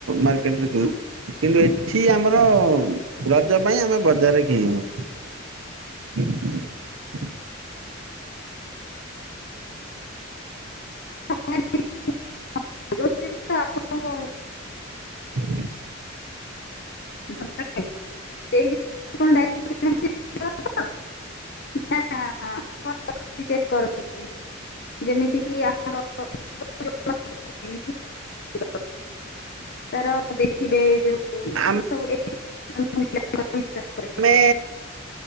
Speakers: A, on the right; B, on the left.
A: ମାର୍କେଟରେ କିଣୁ କିନ୍ତୁ ଏଠି ଆମର ରଜ ପାଇଁ ଆମେ ବଜାରରେ କିଣିବୁ? <unintelligible>
B: <unintelligible> ଯୋଉ ଜିନିଷ ଆପଣଙ୍କୁ
A: <unintelligible>
B: <unintelligible> ନା ଆପଣା ଖ <unintelligible> ଚେକ୍ କରନ୍ତି। ଯେମିତିକି ଆମର <unintelligible> ତାର ଦେଖିବେ ଯୋଉ <unintelligible>
A: ଆମ
B: ସବୁ ଏକ <unintelligible>
A: ମେ